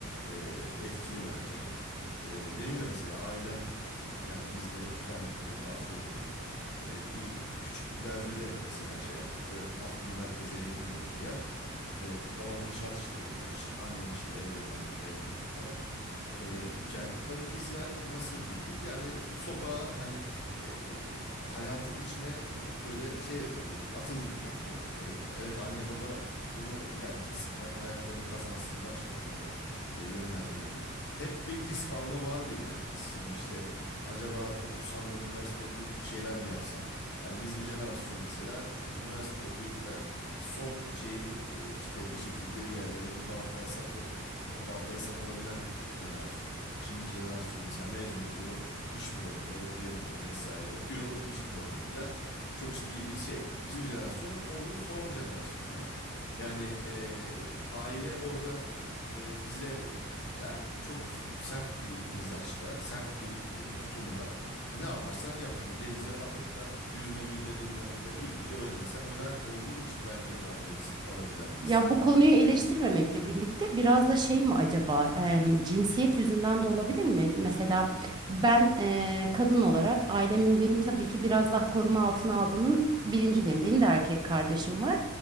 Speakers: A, on the left; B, on the right.
A: e, etkili bence. E, benim de mesela ailem e, yani bizde ben e, Afyon'dayım. E, bir küçük bir beldede mesela şey yaptık. Evet Afyon merkeze yakın böyle bir yer. Ee, babam inşaat işleriyle uğraşır. Annem işte evde hanım, ev hanımı falan e, iken tabii bizler e, nasıl büyüdük? Yani so- sokağa hani e, hayatın içine e, böyle şey yap- yapıldık, atıldık yani. E, evet anne baba bunu ya gitsinler, hayatlarını kazansınlar şeklinde e, yönlendirdi. Hep bir risk alma vardı yani aslında işte acaba okusam da üniversite okuyup bir şeyler mi yapsam? Hani bizim jenerasyon mesela e, üniversite okuyup da son şeyini e, işte bir şekilde bir yerlere bir balta sapo ba- baltaya sap olabilen e, jenerasyon. Şimdiki jenerasyon mesela mezun oluyor, iş bulamıyor, okuyamıyor vesaire. Okuyor, iş bulamıyor filan. Çok ciddi bir şey. Bizim jenerasyon onun son jenerasyonu. Yani e, aile orada e, bize e, yani çok sert bir mizaçla, sert bir e, tutumla e, ne yaparsan yap hani denize atıp da yüzme bilmediğinde de yüzmeyi öğrenirsen öğren olduğu için belki de ben de risk alabilen birisiyim.
B: Ya bu konuyu eleştirmemekle birlikte biraz da şey mi acaba em, cinsiyet yüzünden de olabilir mi? Mesela ben e, kadın olarak ailemin beni tabii ki biraz daha koruma altına aldığının bilincindeyim. Benim de erkek kardeşim var.